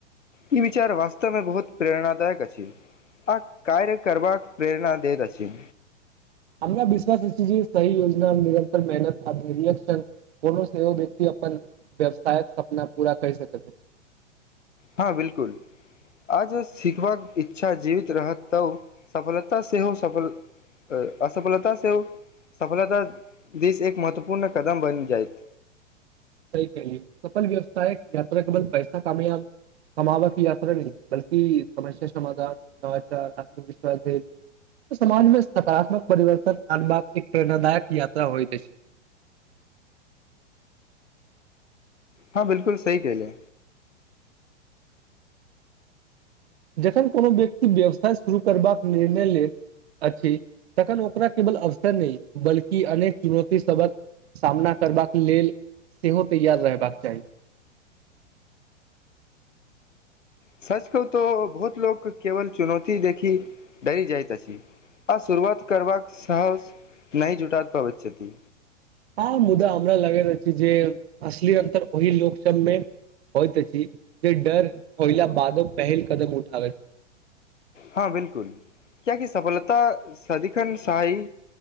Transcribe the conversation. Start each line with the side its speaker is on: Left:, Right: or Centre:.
Left: ई विचार वास्तवमे बहुत प्रेरणादायक अछि आ कार्य करबाक प्रेरणा दैत अछि।
Right: हमरा विश्वास जे सही योजनामे निरन्तर मेहनत आरक्शन कोनो सेहो व्यक्ति अपन व्यवसायक सपना पूरा कर सकैत अछि।
Left: हँ बिलकुल आज सिखबाक इच्छा जीवित रहत तब सफलता सेहो सफल असफलता सेहो सफलता दिस एक महत्वपूर्ण कदम बनि जायत
Right: स क सफल व्यवसाय याता केल पैसा कामयाब कमााबा के यात्रा नहि बल्कि समस्या समाधान नवाचार आत्मविश्वास झ समाजमे सकारात्मक परिवर्तन आनबाक एक प्रेरणादायक यात्रा होइ जा छै।
Left: हां बिलकुल सही कहलियै।
Right: जखैन कोनो व्यक्ति व्यवसाय शुरू करबाक निर्णय लैत अछि तखन ओकरा केवल अवसर नहि, बल्कि अनेक चुनौती सभक सामना करबाक लेल, सेहो तैयार रहबाक चाही।
Left: सच कह तो बहुत लोक केवल चुनौती देखी डरी जाइत अछि आ शुरुआत करबाक सहस नहि जुटा पाबैत।
Right: आ मुदा हमरा लगैत अछि जे अशली अन्तर ओहि लोक सभमे होइत अछि। जे डर होइल बादो पहिल कदम उठ ल।
Left: हँ बिलकुल कियाकि सफलता सदिखन शी